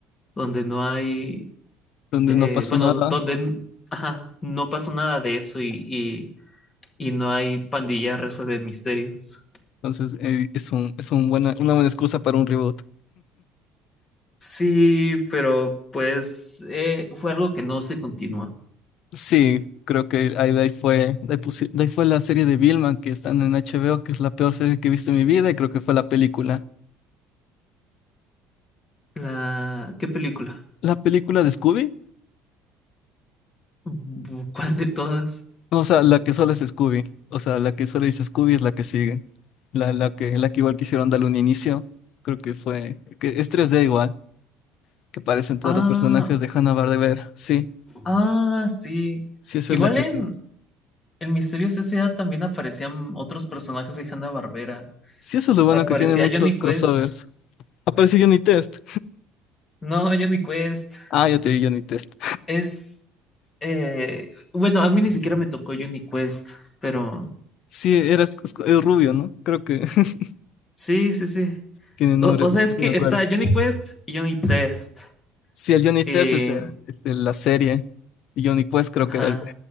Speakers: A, on the left; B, on the left.
A: donde no hay,
B: donde
A: eh,
B: no pasó
A: bueno,
B: nada.
A: donde n- ajá, no pasó nada de eso y, y- y no hay pandilla resuelve misterios.
B: Entonces eh, es un, es un buena, una buena excusa para un reboot.
A: Sí, pero pues eh, fue algo que no se continúa.
B: Sí, creo que ahí, de ahí fue, de ahí, pusi- de ahí fue la serie de Vilma que están en HBO, que es la peor serie que he visto en mi vida, y creo que fue la película.
A: La... ¿Qué película?
B: ¿La película de Scooby?
A: Bu- ¿Cuál de todas?
B: O sea, la que solo es Scooby. O sea, la que solo dice Scooby es la que sigue. La, la que, la que igual quisieron darle un inicio. Creo que fue. Que es tres d igual. Que aparecen todos
A: Ah,
B: los personajes de Hanna-Barbera. Sí,
A: ah, sí.
B: sí, esa
A: Igual
B: es la que
A: en
B: sí.
A: El Misterio C S.A. también aparecían otros personajes de Hanna-Barbera.
B: Sí, eso es lo bueno
A: Aparecía
B: que tiene muchos
A: Johnny
B: crossovers.
A: Quest.
B: Aparece Johnny Test.
A: No, Johnny Quest.
B: Ah, yo te vi Johnny Test.
A: Es... eh, Bueno, a mí ni siquiera me tocó Johnny Quest, pero...
B: Sí, era es Sc- el rubio, ¿no? Creo que <laughs>
A: Sí, sí, sí.
B: tiene nombre.
A: O, o sea,
B: Sí,
A: es
B: sí,
A: que
B: me acuerdo.
A: está Johnny Quest y Johnny Test.
B: Sí, el Johnny Test
A: Eh,
B: es, el- es el- la serie. Y Johnny Quest creo
A: ajá.
B: que era el-